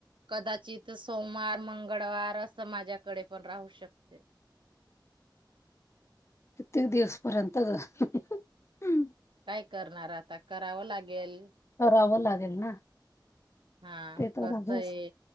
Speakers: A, on the right (about 85°); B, on the left (about 35°).
A: कदाचित- सोमवार मंगळवार असं माझ्याकडे पण राहू शकते.
B: कित्येक दिवस पर्यंत... -
A: काय करणार आता, करावं लागेल.
B: करावं लागेल. बेल ना.
A: हा!
B: ते तर
A: कस
B: आहेच.
A: आहे,